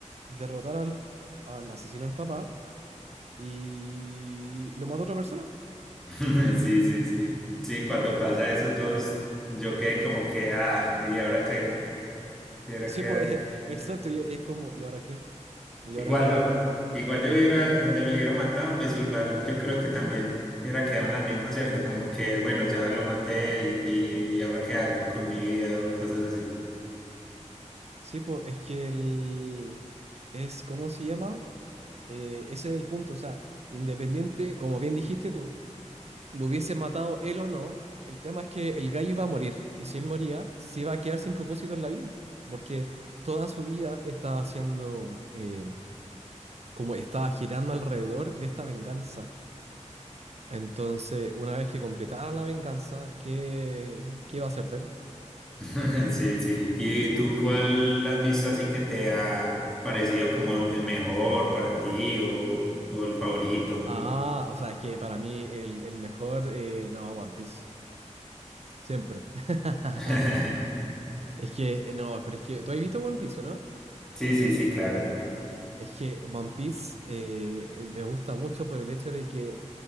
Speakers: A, on the right; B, in the centre.
A: derrotar al, al asesino del papá y lo mató otra persona.
B: <laughs> sí, sí, sí. Sí, cuando pasa eso todos, yo quedé como que, ah, ¿y ahora qué? ¿Y ahora
A: Sí,
B: qué
A: pues,
B: hace?
A: <laughs> eh, exacto, y es como, ¿y ahora qué? ¿Y
B: Igual,
A: ahora qué hago?
B: ¿no? Igual yo hubiera, donde lo hubiera matado, pues igual yo creo que también hubiera quedado en las mismas, ¿cierto? Como que, bueno, ya lo maté y, y, y ahora qué hago con mi vida o cosas así.
A: Sí, pues, es que el... es, ¿cómo se llama? Eh, ese es el punto, o sea, independiente, como bien dijiste tú, lo hubiese matado él o no, el tema es que el gallo iba a morir, y si él moría, se iba a quedar sin propósito en la vida, porque toda su vida estaba haciendo, eh, como estaba girando alrededor de esta venganza. Entonces, una vez que completara la venganza, ¿qué, qué iba a hacer de él?
B: <laughs> Sí, sí. ¿Y tú cuál has visto así que te ha parecido como el mejor para ti o, o el favorito?
A: Ah, o sea, es que para mí el, el mejor, eh, no, One Piece, siempre. <laughs>
B: <laughs>
A: Es que, no, pero es que, ¿tú has visto One Piece, o no?
B: Sí, sí, sí, claro.
A: Es que One Piece eh, me gusta mucho por el hecho de que